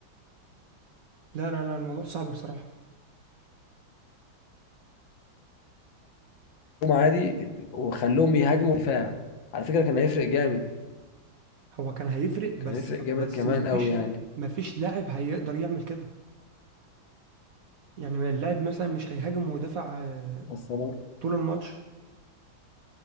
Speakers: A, on the right (about 65°); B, on the left (about 70°).
A: لا لا لا الموضوع صعب بصراحة
B: عادي وخلوهم يهاجموا دفاع على فكره كان هيفرق جامد
A: هو كان هيفرق
B: كان
A: بس
B: هيفرق جامد
A: بس
B: كمان
A: ما فيش
B: قوي يعني
A: ما فيش لاعب هيقدر يعمل كده يعني ما اللاعب مثلا مش هيهاجم ويدافع آه،
B: بس انا
A: طول الماتش